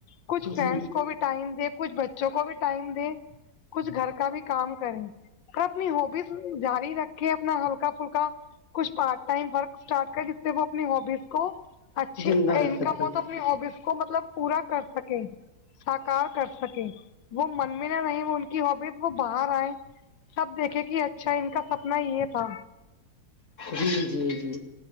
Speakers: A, on the left; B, on the left.
A: کچھ فنس
B: جی
A: کو بھی ٹائم دے کچھ بچوں کو بھی ٹائم دے کچھ گھر کا بھی کام کریں پر اپنی ہوبیز جاری رکھے اپنا ہلکا فلکا کچھ پارٹ ٹائم ورک اسٹارٹ کرے جس سے وہ اپنی ہبیز کو اچھی
B: زندہ
A: انکم
B: رکھ سکیں
A: ہو تو اپنی آبیز کو مطلب پورا کر سکیں ساکار کر سکے وہ من میں نہ نہیں وہ ان کی ہبیز وہ باہر آئے سب دیکھے کہ اچھا ان کا سپنا یہ تھا
B: جی جی جی